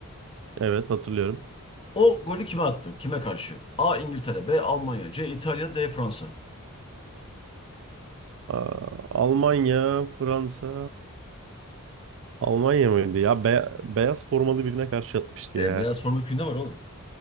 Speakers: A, on the right; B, on the left.
A: Evet hatırlıyorum.
B: O golü kime attı? Kime karşı? A. İngiltere, B. Almanya, C. İtalya, D. Fransa.
A: Aa, Almanya, Fransa. Almanya mıydı? Ya be- beyaz formalı birine karşı atmıştı
B: E,
A: ya.
B: beyaz forma köyünde var oğlum.